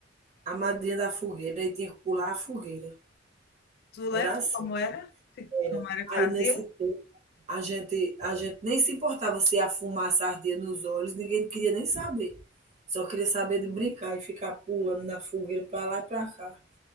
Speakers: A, on the right (about 35°); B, on the left (about 55°).
A: A madrinha da fogueira, e tinha que pular a fogueira.
B: Tu lembra
A: Era assim,
B: como era?
A: era.
B: Como era que
A: Aí
B: fazia?
A: nesse tempo a gente, a gente nem se importava se a fumaça ardia nos olhos, ninguém queria nem saber. Só queria saber de brincar e ficar pulando na fogueira para lá e para cá.